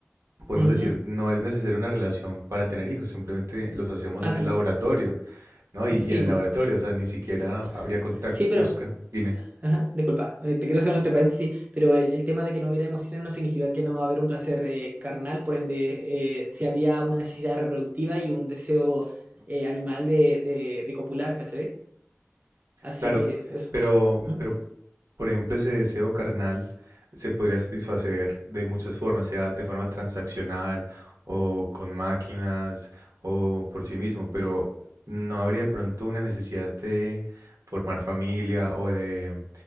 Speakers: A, on the right; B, on the right.
A: podemos
B: Ujú.
A: decir, no es necesaria una relación para tener hijos, simplemente los hacemos
B: Ah,
A: en
B: sí,
A: el
B: po.
A: laboratorio, ¿no? Y,
B: Sí,
A: y en el
B: po.
A: laboratorio, o sea, ni siquiera
B: S-
A: habría contacto.
B: Sí, pero.
A: Busca, dime.
B: Ajá, disculpa, eh, te quiero hacer un entre paréntesis, pero el, el tema de que no hubiera emociones no significa que no va a haber un placer eh, carnal, por ende, eh, si habría una necesidad reproductiva y un deseo eh, animal de, de, de copular, ¿cachai? Así
A: Claro,
B: que eso.
A: pero,
B: ¿Mm?
A: pero, por ejemplo, ese deseo carnal se podría satisfacer de muchas formas, sea de forma transaccional o con máquinas o por sí mismo, pero no habría de pronto una necesidad de formar familia o de